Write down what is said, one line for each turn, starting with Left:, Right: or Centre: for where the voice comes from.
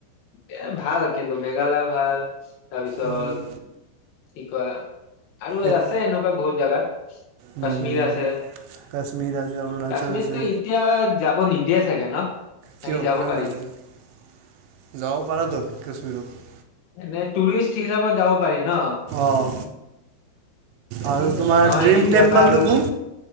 Left: এ, ভাল কিন্তু মেঘালয়, ভাল তাৰপিছত
Right: উম,
Left: কি কয় আৰু
Right: এক
Left: আছে এনেকুৱা বহুত জাগা
Right: উম,
Left: কাশ্মীৰ আছে।
Right: কাশ্মীৰ আছে অৰুণাচল
Left: কাশ্মীৰতো
Right: আছে
Left: এতিয়া যাব নি দিয়ে চাগে ন? বাকী
Right: কিয়
Left: যাব
Right: কিয়
Left: পাৰি
Right: নোৱাৰে যাব পাৰা টো কাশ্মীৰত
Left: এনে টুৰিষ্ট হিচাপত যাব পাৰি। ন
Right: অঁ আৰু
Left: ঠিক
Right: তোমাৰ
Left: আছে নহয়
Right: ড্ৰিম
Left: কেতিয়া
Right: টেম্পলটো
Left: বা আৰু
Right: কোন